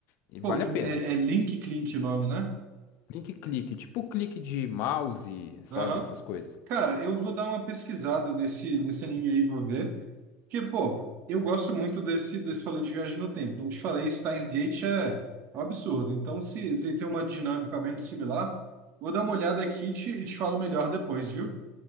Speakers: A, on the left; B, on the right.
A: E
B: Pô,
A: vale a pena.
B: é, é Link Clink o nome, né?
A: Link clique, tipo clique de mouse, sabe?
B: Aham.
A: Essas coisas.
B: Cara, eu vou dar uma pesquisada nesse, nesse anime aí, vou ver. Porque, pô, eu gosto muito desse, desse falou de viagem no tempo. Como te falei, Steins Gate é um absurdo. Então, se, se tem uma dinâmica menos similar, vou dar uma olhada aqui e te, e te falo melhor depois, viu?